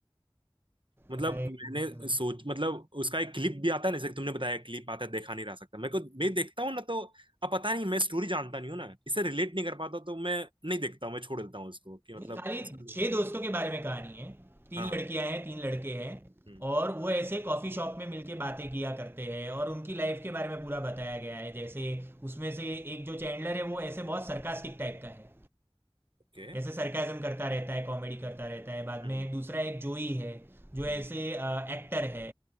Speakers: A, on the right; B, on the right.
A: मतलब
B: भाई
A: मैंने
B: मतलब
A: सोच मतलब उसका एक क्लिप भी आता है ना जैसे कि तुमने बताया क्लिप आता है देखा नहीं रह सकता मेरे को मैं देखता हूँ ना तो अब पता नहीं मैं स्टोरी जानता नहीं हूँ ना इसे रिलेट नहीं कर पाता तो मैं नहीं देखता हूँ मैं छोड़ देता हूँ उसको कि मतलब
B: नहीं खाली
A: पसंद
B: छह
A: है।
B: दोस्तों के बारे में कहानी है तीन
A: हाँ हाँ
B: लड़कियां हैं तीन लड़के हैं
A: हम्म
B: और वो ऐसे कॉफी शॉप में मिलके बातें किया करते हैं और उनकी लाइफ के बारे में पूरा बताया गया है जैसे उसमें से एक जो चैंडलर है वो ऐसे बहुत सरकास्टिक टाइप का है
A: ओके
B: ऐसे सरकाजम करता रहता है कॉमेडी करता रहता है बाद
A: हम्म
B: में दूसरा एक जोई है जो ऐसे
A: हम्म हम्म,
B: एक्टर है